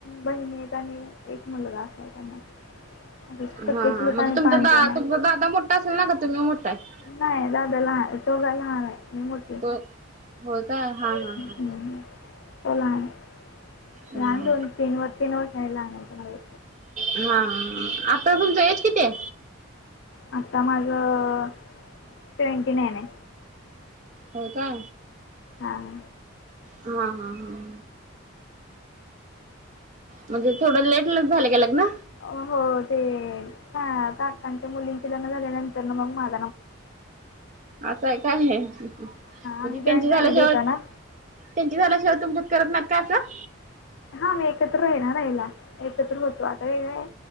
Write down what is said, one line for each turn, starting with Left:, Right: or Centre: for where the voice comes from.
Left: बहिणी आहेत आणि एक मुलगा अस हे त्यांना. आता
Right: हा
Left: सख्खे
Right: हा.
Left: चुलत
Right: म्हणजे
Left: आम्ही
Right: तुमचा
Left: पाच
Right: दा
Left: जण
Right: तुमचा दादा मोठा असेल ना का तुम्ही मोठ्या आहे?
Left: नाय दादा लहा तो ज लहान आहे मी मो-
Right: तोच हो का? हा हा हा.
Left: हम्म. तो लहान.
Right: हा
Left: लहान
Right: हा
Left: दोन-तीन व तीन वर्षांनी लहान आहे तो माझ्या.
Right: हा हा. आता तुमचं एज किती आहे?
Left: आत्ता माझं अहह ट्वेंटी नाईन आहे.
Right: होय का?
Left: हां.
Right: हा हा हा. म्हणजे थोडं लेट झाले का लग्न?
Left: हो ते का काकांच्या मुलींचे लग्न झाल्यानंतर ना मग माझं.
Right: अस आहे काय? म्हणजे
Left: आम्ही जॉईंट
Right: त्यांची
Left: फॅमिली
Right: झाल्या शिवाय
Left: होता ना
Right: त्यांची झाल्या शिवाय तुमच्यात करत नाहीत का असं.
Left: हा एकत्र आहे ना रहायला. एकत्र होतो. आता वेगळ हाय.